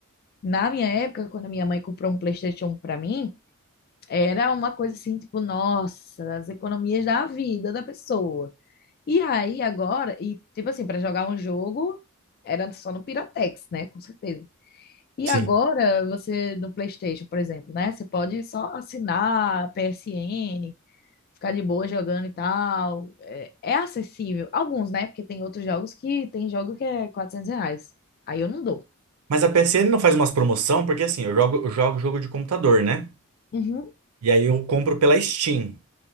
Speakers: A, on the left (about 45°); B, on the right (about 80°).
A: na minha época, quando a minha mãe comprou um PlayStation pra mim, era uma coisa assim, tipo, nossa, as economias da vida da pessoa. E aí agora, e tipo assim, para jogar um jogo, era só no Piratex, né? Com certeza. E
B: Sim.
A: agora você no PlayStation, por exemplo, né? Você pode só assinar a P S N ficar de boa jogando e tal. É, é acessível. Alguns, né? Porque tem outros jogos que tem jogo que é 400 reais. Aí eu não dou.
B: Mas a PSN não faz umas promoção, porque assim, eu jogo, eu jogo jogo de computador, né?
A: Uhum.
B: E aí eu compro pela Steam.